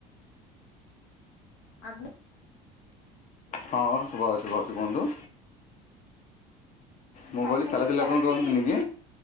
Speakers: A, on the left; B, on the left.
A: ଆଗୁ
B: ହଁ ଶୁଭା ହଉଛି ଭଲସେ କୁହନ୍ତୁ?
A: ମାନେ
B: ମୁଁ
A: ପାଠାଗାର
B: କହିଲି ତାଲା ତାଲି
A: ଯାଇକି
B: ଆପଣ କରନ୍ତିନି କି